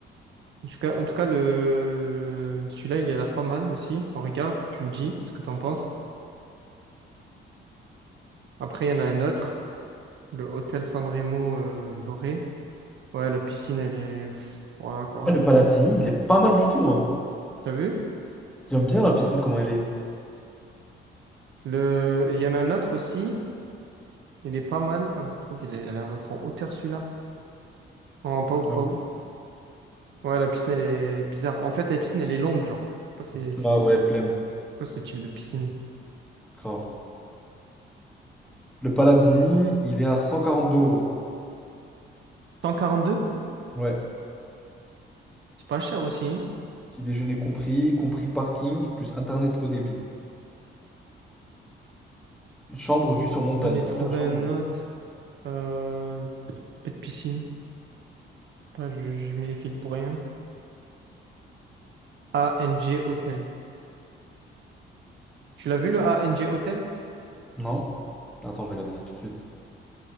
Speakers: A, on the right; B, in the centre.
A: En tout cas, en tout cas, le, le, celui-là, il a l'air pas mal aussi. On regarde, tu me dis ce que t'en penses. Après, il y en a un autre. Le Hôtel Sanremo, euh, Vloré. Ouais, la piscine, elle est, pff, voilà, quoi.
B: Ah, le Palatini, il est pas mal du tout, hein.
A: T'as vu?
B: J'aime bien la piscine, comment elle est.
A: Le, il y en a un autre aussi. Il est pas mal. Ah, par contre, il a il a l'air d'être en hauteur, celui-là. Oh, pas ouf,
B: Ah
A: pas
B: bon
A: ouf. Ouais, la piscine, elle est, elle est bizarre. En fait, la piscine, elle est longue, genre. Je sais pas C'est c'est-
B: Ah
A: c'est
B: ouais, flemme.
A: quoi ce type de piscine?
B: Grave. Le Palazzini, il est à 142 euros.
A: cent quarante deux
B: Ouais.
A: C'est pas cher aussi. hein.
B: Petit déjeuner compris, compris parking, plus internet haut débit. Une Chambre vue sur montagne.
A: J'en ai trouvé
B: Après la chambre.
A: un autre.
B: euh,
A: Euh, pas de piscine. Ah, je, je mets les fils pour rien. A N G Hotel. Tu l'as vu le A N G Hotel?
B: Non. Attends, je vais regarder ça tout de suite.